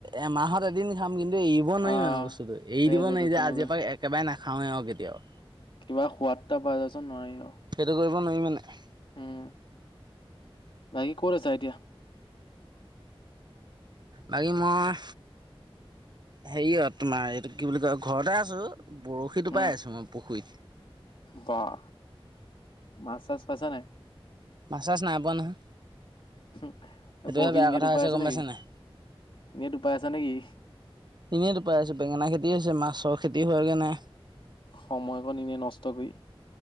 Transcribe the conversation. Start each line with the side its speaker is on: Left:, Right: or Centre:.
Right: এমাহত এদিন খাম কিন্তু এৰিব নোৱাৰি
Left: আহ
Right: মানে বস্তুটো এৰি
Left: সেইটোতো
Right: দিব নোৱাৰি
Left: তেনেকুৱা
Right: যে আজিৰ পৰা একেবাৰে নাখাওঁৱে আৰু কেতিয়াও।
Left: কিবা সোৱাদটা পাই তাৰছত নোৱাৰি আও।
Right: সেইটো কৰিব নোৱাৰি মানে।
Left: উম, বাকি ক'ত আছা এতিয়া?
Right: বাকী মই হেৰিয় তোমাৰ এইটো কি বুলি কয় ঘৰতে আছো বৰশী টুপাই
Left: উম
Right: আছো মই পুখুৰীত।
Left: বাহ মাছ-চাছ পাইছা নাই?
Right: মাছ- চাছ নাই পোৱা নহয়।
Left: হম,
Right: সেইটোহে
Left: বহি
Right: বেয়া
Left: নেটো
Right: কথা হৈছে
Left: পাই আছা
Right: গম
Left: নেকি
Right: পাইছে নাই
Left: নেটো পাই আছা নেকি?
Right: এনেই টুপাই আছো বেঙেনা খেতি হৈছে মাছৰ খেতি হোৱাগে নাই।
Left: সময়কণ এনে নষ্ট কৰি।